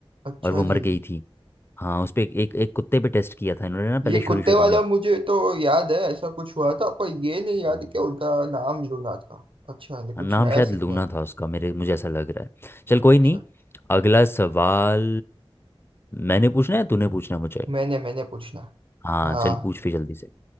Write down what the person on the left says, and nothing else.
और वो मर
गई थी हाँ उस पे एक एक एक कुत्ते पे टेस्ट किया था इन्होंने ना पहले
शुरू
शुरू
में
हम्म।
नाम
शायद
लूना
था उसका मेरे मुझे ऐसा लग रहा है चल कोई
नहीं अगला सवाल मैंने पूछना है तूने पूछना है मुझे
हाँ
चल पूछ फिर जल्दी से